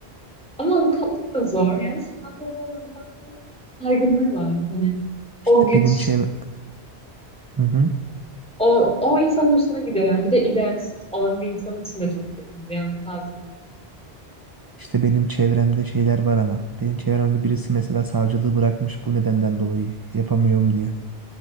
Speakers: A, in the centre; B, on the right.
A: Ama avukatlık da zor. Yani savcılığın Allah'ın bir saygınlığı var. Hani o
B: İşte
A: güç,
B: benim çev... Hı hı.
A: o, o insan hoşuna gidiyor. Yani bir de idealist olan bir insan için de çok çekici. Yani savcılık.
B: İşte benim çevremde şeyler var ama. Benim çevremde birisi mesela savcılığı bırakmış bu nedenden dolayı. Yapamıyorum diye.